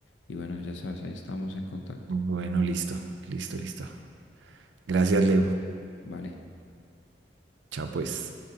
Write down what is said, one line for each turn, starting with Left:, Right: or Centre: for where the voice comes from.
Left: y bueno, ya sabes, ahí estamos en contacto.
Right: Bueno, listo, listo, listo. Gracias, Leo.
Left: Vale.
Right: Chao, pues.